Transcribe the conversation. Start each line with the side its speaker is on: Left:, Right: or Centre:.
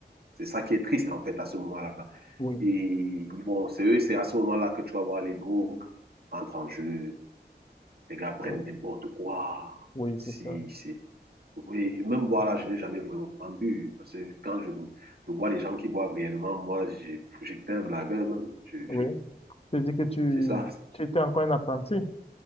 Right: C'est ça qui est triste en fait à ce moment-là.
Left: Oui,
Right: Et ils vont, c'est eux, c'est à ce moment-là que tu vas voir les drogues entrent en jeu. Les gars prennent
Left: oui,
Right: n'importe quoi.
Left: oui,
Right: Si,
Left: c'est ça.
Right: si, Oui, et même boire là, je n'ai jamais vraiment bu. Parce que quand je, je vois les gens qui boivent réellement, moi, j'ai- j'étais un blagueur même. Je,
Left: Oui.
Right: je,
Left: C'est-à-dire que tu,
Right: c'est ça. c'est-
Left: tu étais encore un apprenti.